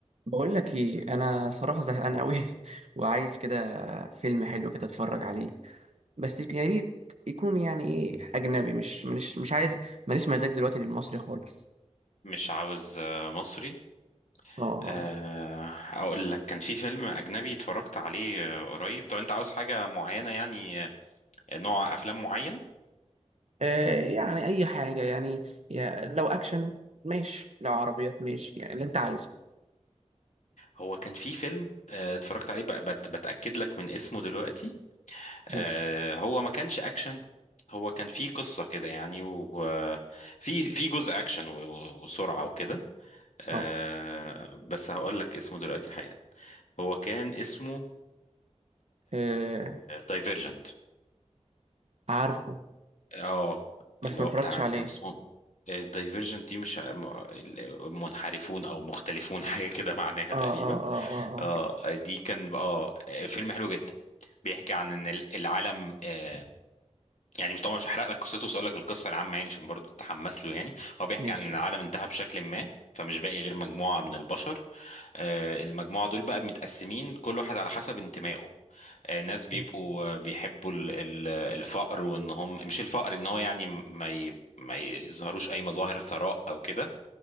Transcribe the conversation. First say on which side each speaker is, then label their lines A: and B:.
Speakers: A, on the right (about 65°); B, on the left (about 85°).
A: بقول لك ايه انا صراحه زهقان قوي <laughs> وعايز كده فيلم حلو كده اتفرج عليه بس يك- يا ريت يكون يعني ايه اجنبي مش مش مش عايز ماليش مزاج دلوقتي للمصري خالص
B: مش عاوز آه، مصري
A: اه
B: آه، اقول لك كان في فيلم اجنبي اتفرجت عليه آه، قريب طب انت عاوز حاجة معينة يعني آه، نوع افلام معين
A: آه، يعني اي حاجه يعني يا لو اكشن ماشي لو عربيات ماشي يعني اللي انت عايزه
B: هو كان في فيلم آه، اتفرجت عليه بق- بت- بتأكد لك من اسمه دلوقتي آه،
A: ماشي
B: هو ما كانش اكشن هو كان في قصة كده يعني وفي في جزء اكشن و- و- وسرعة وكده آه،
A: اه
B: بس هقول لك اسمه دلوقتي حالا هو كان اسمه
A: آه،
B: دايفيرجنت
A: عارفه
B: اه
A: بس
B: اللي
A: ما
B: هو
A: اتفرجتش
B: بتاع
A: عليه
B: كان اسمه الدايفرجنت دي مش ع- م- ال- منحرفون او مختلفون <laughs> حاجه كده معناها
A: اه
B: تقريبا
A: اه اه اه اه
B: اه دي كان اه فيلم حلو جدا بيحكي عن ان ال- العالم آه، يعني مش طبعا مش هحرق لك قصته بس اقول لك القصه العامه يعني عشان برضه تتحمس له يعني هو بيحكي
A: ماشي
B: عن إن العالم انتهى بشكل ما فمش باقي غير مجموعه من البشر آه، المجموعه دول بقى متقسمين كل واحد على حسب انتمائه آه، ناس بيبقوا
A: حلو
B: آه، بيحبوا ال- ال- الفقر وان هم مش الفقر ان هو يعني ما ي... ما يظهروش اي مظاهر ثراء او كده